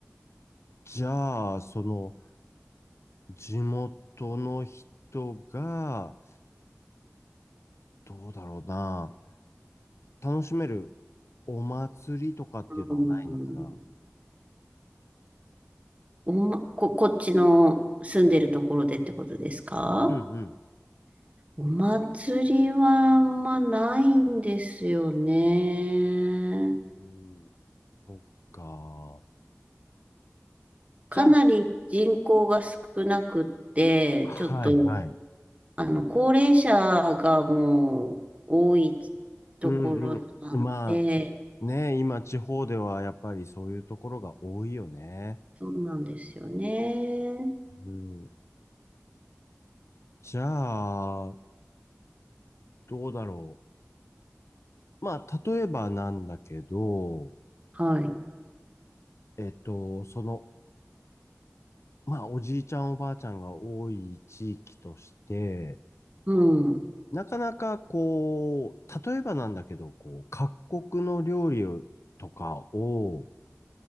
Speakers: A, on the left; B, on the right.
A: じゃあ、その、地元の人が、どうだろうな。楽しめるお祭りとかっていうのはないのかな
B: うん、おま、こ、こっちの住んでるところでってことですか
A: うんうん。
B: お祭りはあんまないんですよね。
A: うん、そっか。じゃあ、
B: かなり人口が少なくって、
A: はいはい。
B: ちょっと、あの、高齢者がもう多いところなんで、
A: うんうん。まあ、ね、今地方ではやっぱりそういうところが多いよね。
B: そうなんですよね。
A: うん。じゃあ、どうだろう。まあ、例えばなんだけど、
B: はい。
A: えっと、その、まあ、おじいちゃんおばあちゃんが多い地域として、
B: うん。
A: なかなかこう、例えばなんだけど、こう、各国の料理とかを